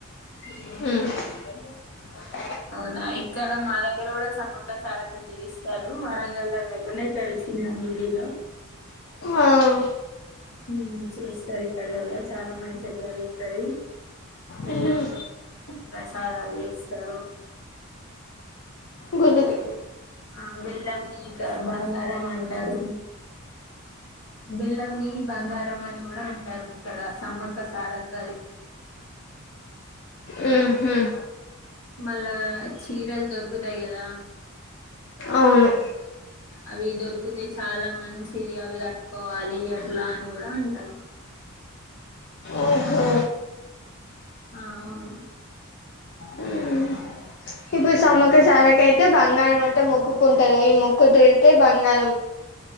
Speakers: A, on the left (about 50°); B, on the left (about 70°).
A: మ్
B: అవునా ఇక్కడ మా దగ్గర కూడా సమ్మక్క సారక్క చేయిస్తారు. వరంగల్నే మొన్న ఎక్కడ ఇచ్చింది విడిలో
A: ఆహ్
B: మ్ చేస్తారు ఈ ఇక్కడ కూడా చాలా మంచిగా జరుగుతది. బెల్లం
A: మ్మ్
B: తోనే అవని ప్రసాదాలు ఇస్తారు.
A: గుడికి
B: ఆ బెల్లం ని ఇక బంగారం అంటారు. బెల్లంని బంగారం అని కూడా అంటారు ఇక్కడ సమ్మక్క సారక్క ది.
A: మ్మ్ హ్మ్
B: మళ్ళా చీరలు దొరుకుతాయి కదా
A: అవును
B: అవి దొరికితే చాలా మంచిది అవి కట్టుకోవాలి అట్లా అని కూడా అంటారు.
A: ఓహో
B: ఆ అవును
A: మ్మ్ ఇప్పుడు సమ్మక్క సారక్క అయితే బంగారం అంటే మొక్కుకుంటారు. ఈ మొక్కు తీరుతే బంగారం